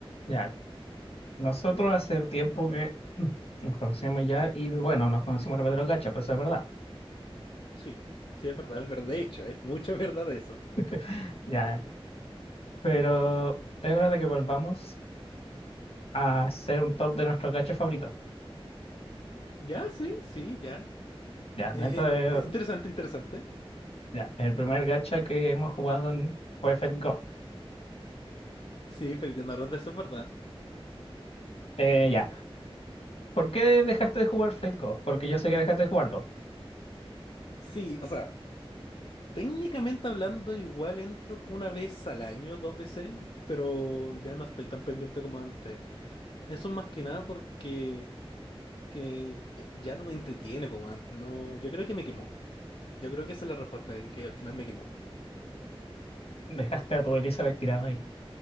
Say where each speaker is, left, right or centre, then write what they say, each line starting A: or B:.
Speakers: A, on the left; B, on the left.
A: Ya, nosotros hace tiempo que <laughs> mm, nos conocemos ya y bueno, nos conocimos a través de los gachas, pues eso es verdad.
B: Sí, sí, es verdad, es verdad. De hecho, es mucha <laughs> verdad eso.
A: <laughs> Ya, pero es hora de que volvamos a hacer un top de nuestros gachas favoritos.
B: Ya, sí, sí, ya.
A: Ya,
B: Eh,
A: dentro de...
B: eh, interesante, interesante.
A: Ya, el primer gacha que hemos jugado en- fue Fate Go.
B: Sí, Fernando Alonso, eso es verdad.
A: Eh, ya, ¿por qué dejaste de jugar Fate Go? Porque yo sé que dejaste de jugarlo.
B: Sí, o sea, técnicamente hablando, igual entro una vez al año, dos veces, pero ya no estoy tan pendiente como antes. Eso más que nada porque que ya, ya no me entretiene como antes. No, yo creo que me quemó. Yo creo que esa es la respuesta, que, que al final me quemó.
A: Dejaste a tu Elizabeth tirada ahí.